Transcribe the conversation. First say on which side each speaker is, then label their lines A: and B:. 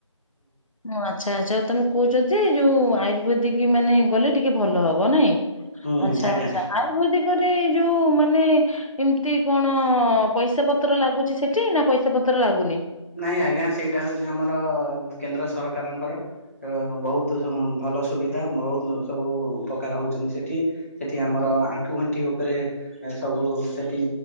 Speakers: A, on the left; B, on the left.
A: ମୁଁ ଆଚ୍ଛା ଆଚ୍ଛା ତମେ କହୁଚ ଯେ ଯୋଉ ଆୟୁର୍ବେଦିକ୍ ମାନେ ଗଲେ ଟିକେ ଭଲ ହବ ନାଇଁ।
B: ହୁଁ
A: ଆଚ୍ଛା
B: ଆଜ୍ଞା।
A: ଆଚ୍ଛା ଆୟୁର୍ବେଦିକରେ ଏଇ ଯୋଉ ମାନେ ଏମିତି କଣ ପଇସା ପତ୍ର ଲାଗୁଛି ସେଠି ନାଁ ପଇସା ପତ୍ର ଲାଗୁନି।
B: ନାଇଁ ଆଜ୍ଞା ସେଇଟା ହଉଛି ଆମର କେନ୍ଦ୍ର ସରକାରଙ୍କର। ତେଣୁ ବହୁତ୍ ସବୁ ଭଲ ସୁବିଧା ବହୁତ୍ ସବୁ ଉପକାର ହଉଛନ୍ତି ସେଠି। ସେଠି ଆମର ଆଣ୍ଠୁ ଗଣ୍ଠି ଉପରେ ଏ ସବୁ ସେଠି